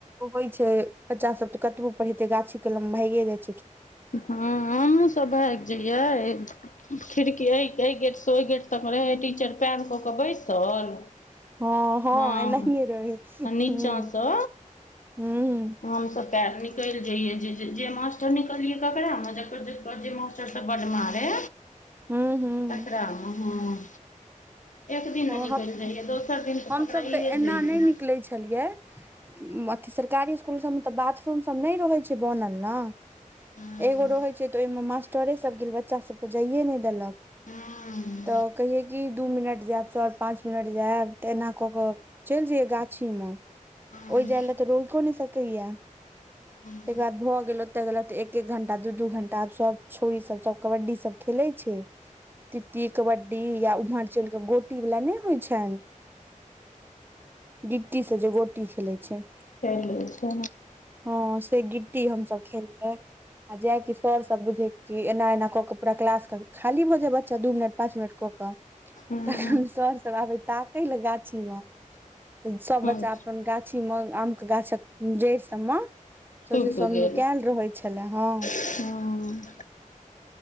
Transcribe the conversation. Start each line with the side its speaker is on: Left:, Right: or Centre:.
Right: होइ छै बच्चा सब तऽ कतबो पढ़ेतै गाछी कलम भागे जतै
Left: हँ हमहुसभ भागि जइयै खिड़की एहि एहि गेट से ओहि गेट तक रहे टीचर पयर कऽ के बैइसल
Right: हँ हँ
Left: हँ
Right: एनाहिये रहै
Left: नीचासँ
Right: हूँ हूँ
Left: हमसभ पैर निकल जइय जे जे मास्टर निकलिये ककरा में जे मास्टर सब बड़ मारे
Right: हूँ हूँ
Left: तकरा मे हँ एक दिन न
Right: हँ
Left: नैया कहने
Right: हम
Left: रहिए दोसर दिन तऽ
Right: हमसभ
Left: पकड़ाइयै
Right: एना
Left: जाइए
Right: नहि निकलै छलिए अथी सरकारी इसकुल सभमे तऽ बाथरूम सब नहि रहै छैय बनल ना
Left: हँ
Right: एगो रहै छैय तऽ ओहिमे मास्टरे सब गेल बच्चा सबप जाइे नहि देलक
Left: हं
Right: तऽ कहिये कि दू मिनट जैब चारि पांच मिनट जायब तऽ एना क कऽ चलि जइये गाछिम
Left: हँ
Right: ओहि जाय लए तऽ रोइको नहि सकैया
Left: ह <inaudible>
Right: ताकर बाद भऽ गेलोते गेलो एक एक घंटा दू दू घंटा आब सब छोड़ी सब कबड्डी सब खेलै छैय तीती कबड्डी या उमहड़ चैल के गो गिटी वाल नहि होइ छैन गिट्टी से जे गोटी खेलै छैय
Left: चलै छै
Right: हँ से गिट्टी हमसब खेलियै आ जाय क सर सब बुझे कि एना एना कऽ के पूरा क्लास के खाली भऽ जाय बच्चा दू मिनट पाँच मिनट कऽ केऽ
Left: हँ
Right: तखन सर सब आबै ताकै लऽ गाछी म तऽ सभ
Left: हँ
Right: बच्चा अपन गाछीमे आमके गाछक जड़ि सबम
Left: छुपि
Right: सउसे सब
Left: गेल
Right: कल रहै छले हँ
Left: हँ